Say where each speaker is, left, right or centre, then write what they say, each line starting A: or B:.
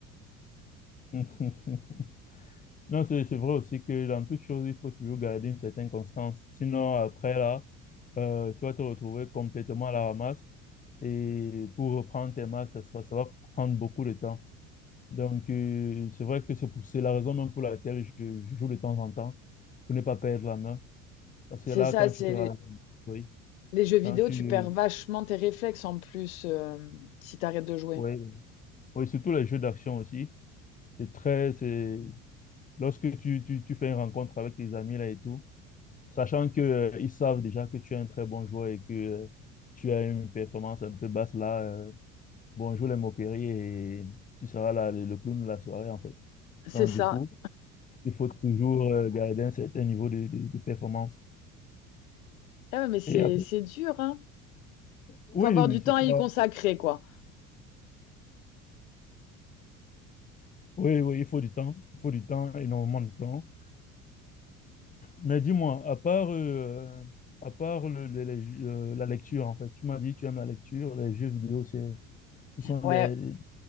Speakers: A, on the left; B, on the left.
A: <laughs> Non, c'est c'est vrai aussi que dans toute chose, il faut toujours garder une certaine constance. Sinon, après là, euh, tu vas te retrouver complètement à la ramasse. Et pour reprendre tes marques, ça, sera- ça va prendre beaucoup de temps. Donc, euh, c'est vrai que c'est pour- c'est la raison même pour laquelle je, je joue de temps en temps, pour ne pas perdre la main. Parce
B: c'est
A: que là,
B: ça,
A: quand
B: c'est
A: tu te...
B: les,
A: Oui,
B: les jeux vidéo,
A: quand tu...
B: tu perds vachement tes réflexes en plus euh, si tu arrêtes de jouer.
A: oui, Oui, surtout les jeux d'action aussi. C'est très, c'est lorsque tu, tu, tu fais une rencontre avec tes amis là et tout, sachant que euh, ils savent déjà que tu es un très bon joueur et que euh, tu as une performance un peu basse là, euh, bonjour les moqueries et tu seras là le, le clown de la soirée en fait.
B: C'est
A: Donc
B: ça.
A: du coup, il faut toujours euh, garder un certain niveau de, de- de performance.
B: Ah ouais, mais c'est
A: Et après-
B: c'est dur, hein.
A: oui,
B: Faut avoir
A: oui,
B: du temps
A: c'est
B: à
A: pas,
B: y consacrer, quoi.
A: oui, oui, il faut du temps, il faut du temps, énormément de temps. Mais dis-moi, à part, euh, à part le- le- les- euh, la lecture, en fait, tu m'as dit tu aimes la lecture, les jeux vidéo, c'est, ce sont
B: Ouais.
A: les,